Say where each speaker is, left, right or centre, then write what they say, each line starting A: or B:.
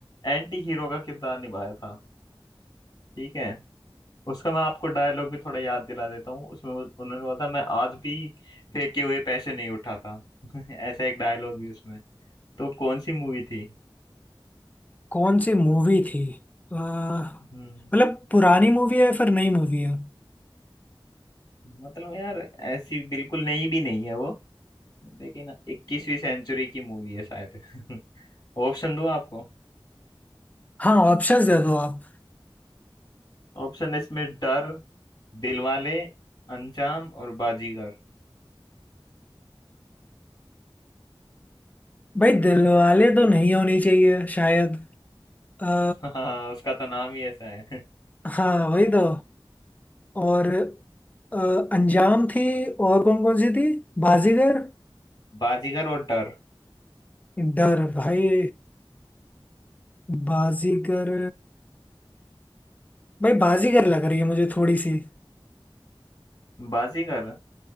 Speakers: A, on the left; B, on the left.
A: एंटी हीरो का किरदार निभाया था ठीक है उसका मैं आपको डायलॉग भी थोड़ा याद दिला देता हूँ उसमें उस- उन्होंने बोला था मैं आज भी फेंके हुए पैसे नहीं उठाता <laughs> ऐसा एक डायलॉग भी उसमें तो कौन सी मूवी थी
B: कौन सी मूवी थी अ, मतलब
A: हम्म
B: पुरानी मूवी है फिर नई मूवी है
A: मतलब यार ऐसी बिल्कुल नई भी नहीं है वो लेकिन 21वीं सेंचुरी की मूवी है शायद <laughs> ऑप्शन दो आपको
B: हाँ ऑप्शंस दे दो आप
A: ऑप्शन इसमें डर दिलवाले अंजाम और बाजीगर
B: भाई दिलवाले तो नहीं होनी चाहिए शायद आ,
A: <laughs> हाँ उसका तो नाम ही ऐसा है <laughs>
B: हाँ वही तो और अ, अंजाम थी और कौन कौन सी थी बाजीगर
A: बाजीगर और डर
B: डर भाई बाजीगर भाई बाजीगर लग रही है मुझे थोड़ी सी
A: बाजीगर